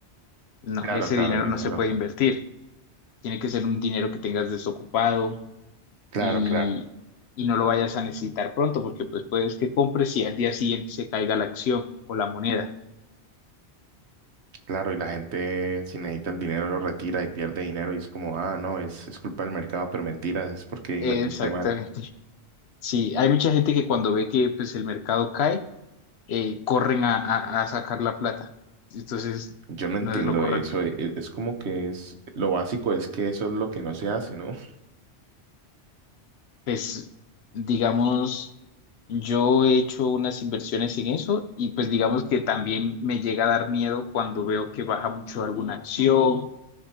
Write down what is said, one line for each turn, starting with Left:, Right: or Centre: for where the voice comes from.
Left: No,
Right: Claro,
Left: ese
Right: claro,
Left: dinero
Right: tienes
Left: no se
Right: razón.
Left: puede invertir, tiene que ser un dinero que tengas desocupado
Right: Claro,
Left: y,
Right: claro,
Left: y no lo vayas a necesitar pronto, porque pues puedes que compres y al día siguiente se caiga la acción o la moneda.
Right: claro. Y la gente si necesita el dinero lo retira y pierde dinero y es como, ah, no, es, es culpa del mercado, pero mentiras, es porque invertiste
Left: Exactamente.
Right: mal.
Left: Sí, hay mucha gente que cuando ve que pues el mercado cae, eh, corren a, a- a sacar la plata. Entonces,
Right: Yo no
Left: no
Right: entiendo
Left: es lo correcto.
Right: eso. e- e- Es, como que es, lo básico es que eso es lo que no se hace, ¿no? <laughs>
Left: Pues, digamos, yo he hecho unas inversiones en eso y pues digamos que también me llega a dar miedo cuando veo que baja mucho alguna acción.